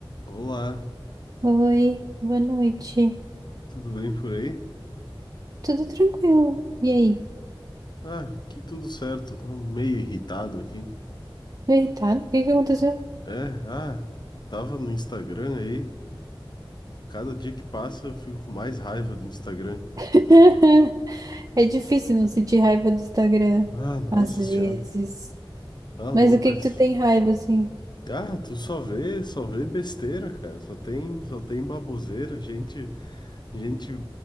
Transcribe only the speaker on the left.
Olá,
tudo bem por aí?
Ah, aqui tudo certo, tô meio irritado aqui.
É, ah, tava no Instagram aí, cada dia que passa eu fico com mais raiva do Instagram.
Ah, nossa
senhora, tá loucas.
Ah, tu só vê, só vê besteira, cara, só tem, só tem baboseira, gente, gente